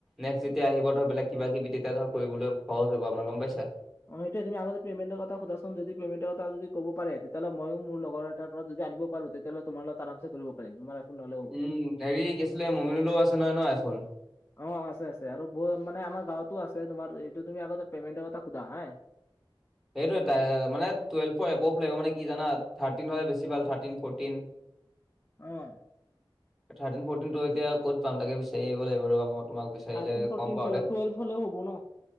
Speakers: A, in the centre; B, on the left (about 30°).
A: নেক্স যেতিয়া আহিব ধৰ বেলেগ কিবা কিবি তেতিয়া ধৰ কৰিবলৈ সহজ হব আমাৰ গম পাইছা।
B: অ সেইটোৱে তুমি আগতে পেমেণ্টৰ কথা সোধাচোন যদি প'মেণ্ট ক যদি ক'ব পাৰে তেতিয়াহ'লে মইও মোৰ লগৰটাৰ পৰা যদি আনিব পাৰো। তেতিয়া তোমাৰ লগত আৰামছে কৰিব পাৰিম। নহ'লেও হ'ব।
A: উম হেৰি কি আছিলে মমিনলেও আছে নহয় ন আইফোন?
B: অঁ-অঁ! আছে-আছে আৰু বহুত মানে আমাৰ গাঁৱতো আছে তোমাৰ এইটো তুমি আগতে পেমেণ্টৰ কথা সোধা হয়।
A: এইটো এটা এ মানে টুৱেলভৰ এবভ লাগিব মানে কি জানা থাৰ্টিন হ'লে বেছি ভাল থাৰ্তিন, ফৰটিন।
B: অঁ!
A: থাৰ্টিন, ফৰ্টিনতো এতিয়া ক'ত পাম তাকে বিচাৰি আহিব লাগিব ৰবা মই তোমাক বিচাৰিলে
B: থাৰ্টিন ফৰ্টিন
A: কম বাৰু দে।
B: টুৱেলভ হ'লেও হ'ব ন।